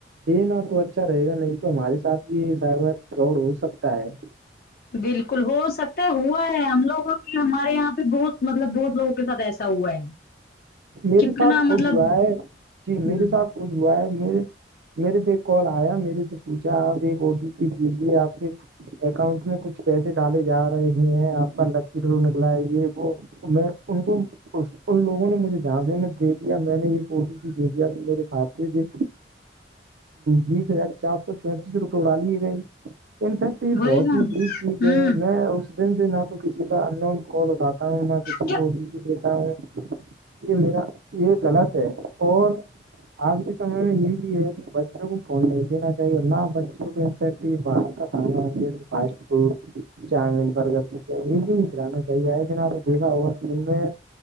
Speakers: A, on the right (about 70°); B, on the left (about 50°).
A: دینا تو اچھا رہے گا نہیں تو ہمارے ساتھ بھی سائبر فراڈ ہو سکتا ہے
B: بالکل ہو سکتا ہے ہوا ہے ہم لوگوں کی ہمارے یہاں پہ بہت مطلب بہت لوگوں کے ساتھ ایسا ہوا ہے
A: میرے
B: کتنا
A: ساتھ خود
B: مطلب
A: ہوا ہے جی
B: ہ
A: میرے ساتھ خود ہوا ہے مے میرے پہ ایک کال آیا میرے سے پوچھا آپ ایک او ٹی آپی دیجیے آپ کے اکاؤنٹ میں کچھ پیسے ڈالے جا رہے ہیں آپ کا لکی رول نکلا ہے یہ وہ میں ان کو ان لوگوں انہوں نے مجھے جاں سے دے دیا میں نے یہ او ٹی پی کی دے دیا میرے کھاتے سے بیس ہزار چار سو چونتیس روپئے اڑالیے گئے انفیکٹ یہ
B: وہی
A: بہت
B: نا
A: ہی بری چیز ہے
B: ہ
A: میں اس سے نہ تو کسی کا اننوں کال اٹاتا ہوں نہ کسی
B: کیا
A: کو دیتا ہوں یہ میرا یہ غلط ہے اور آج کے سمے میں یہ بھی ہے کہ بچوں کو فون نہیں دینا چاہیے نہ بچوں کومفیکٹ یہ باہر کا ہاں فاسٹ فڈ چاؤمین برگر یہ بھی نہیں کلانا چاہیے آئے جن آپ نے دیکھا ہوگا کہ ان میں